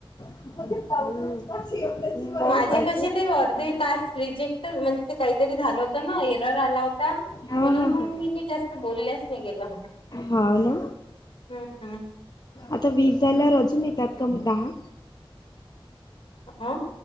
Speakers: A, on the left; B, on the left.
A: जी <inaudible>
B: माझे कसे ते अर्धे तास फ्री चे म्हणजे ते काहीतरी झालं होत ना एरर आला होता म्हणून
A: हा हा हा
B: मग मी ते जास्त बोलल्याच नाही गेलं
A: हो ना
B: हम्म
A: आता वीस झाल्यावर अजून येतात का मग दहा
B: अ